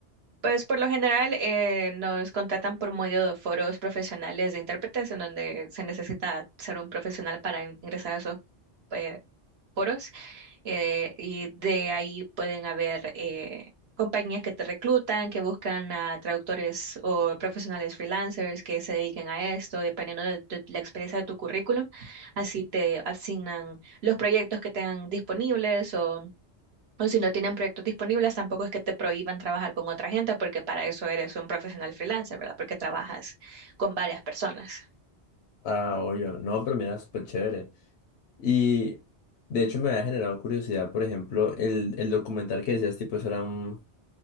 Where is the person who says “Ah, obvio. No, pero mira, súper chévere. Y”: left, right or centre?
Left